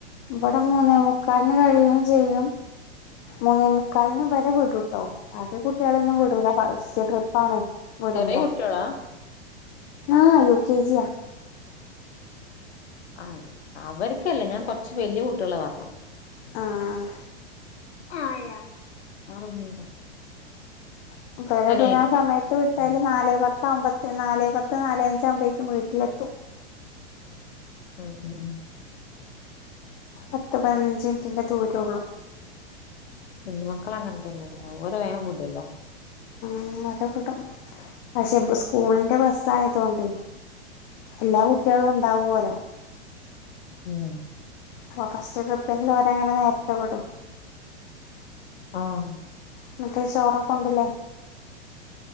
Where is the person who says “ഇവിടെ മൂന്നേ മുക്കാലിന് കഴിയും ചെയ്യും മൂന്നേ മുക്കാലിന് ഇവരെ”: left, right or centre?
Left